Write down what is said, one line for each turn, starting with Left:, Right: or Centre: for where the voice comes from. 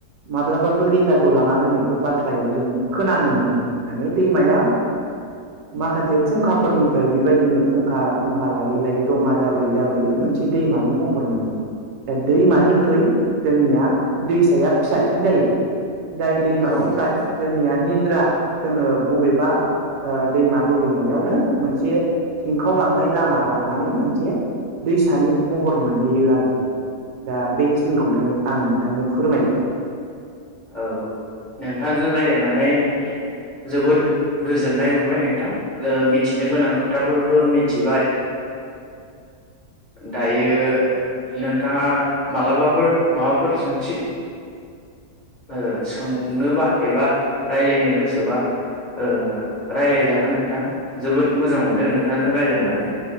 Right: माब्लाबाबो रेगा जलाङा होननायफोर बाथ्रायाव जों खोनानो मोनो माने दैमायाव माखासे फुंखाफोरनिफ्राय बेबायदिनो फुंखा फुंखा लायै लायै जमा जाबोयै जाबोयै मोनसे दैमानि महर मोनो दा दैमानिख्रुइ जोंनिया दैसाया फिसासिन जायो जाय दैमानिफ्राय
Left: औ
Right: जोंनिया निज जोरा जोङो बबेबा ओ दैमा बोहैनायावनो मोनसे सिंखावलांनाय लामा लानानै मोनसे दैसानि महर मोनहैयो आरोखि दा बेखिनिखौनो आं नोंथांनो फोरमायबाय
Left: औ नोंथांजों रायलायनानै जोबोद गोजोननाय मोनबाय नोंथां ओ मिथिनो गोनां खोथाफोरबो मिथिबाय
Right: <inaudible>
Left: दायो नोंथाङा मालाबाफोर माबाफोर सोंथि ओ सोंनोबा एबा रायलायनो गोसोबा ओ रायलायजागोन नोंथां जोबोद मोजां मोनदों नोंथांजों रायलायनानै